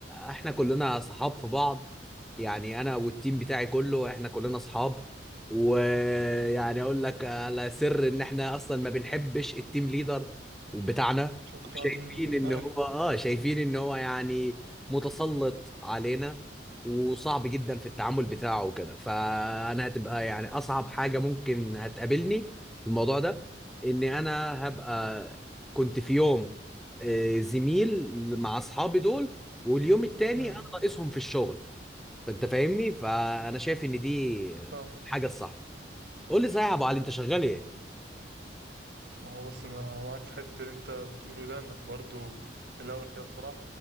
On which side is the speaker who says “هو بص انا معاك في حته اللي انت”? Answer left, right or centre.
Right